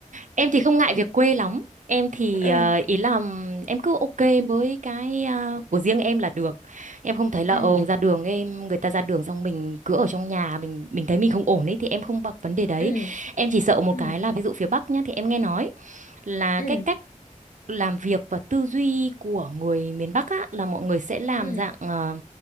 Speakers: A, on the right; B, on the left.
A: Em thì không ngại việc quê lắm. Em thì
B: Ờ.
A: ờ, ý là ừm, em cứ ok với cái à, của riêng em là được. Em không thấy là
B: ừ
A: ờ ra đường em người ta ra đường xong mình cứ ở trong nhà mình mình thấy mình không ổn ấy thì em không bập vấn đề đấy.
B: ừ
A: Em chỉ sợ một
B: ừ
A: cái là ví dụ phía Bắc nhá thì em nghe nói là
B: ừ
A: cái cách làm việc và tư duy của người miền Bắc á là mọi người sẽ làm
B: ừ
A: dạng ờ,